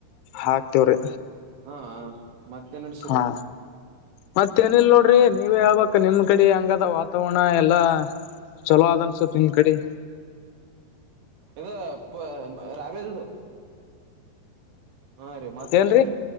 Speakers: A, on the left (about 85°); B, on the right (about 85°).
A: ಹಾಕ್ತಿವ್ರಿ
B: ಹಾ ಮತ್ತೆ ನಡ್ಸಿರಿ
A: ಹಾ ಮತ್ತೇನೂ ಇಲ್ಲ ನೋಡ್ರಿ ನಡ್ರಿ ನೀವು ಯಾವಕ್ ನಿಮ್ ಕಡೆ ಹಂಗಾದ ವಾತಾವರಣ ಎಲ್ಲಾ ಚಲೋ
B: ನಮ
A: ಅದ ಅನ್ಸತ್ ನಿಮ್ ಕಡೆ
B: ಇದು ರದು ಹಾ ರ ಮಾತ್ರ ಹ ರಿ ಮತ್ತೇರಿ
A: ಏನ್ರೀ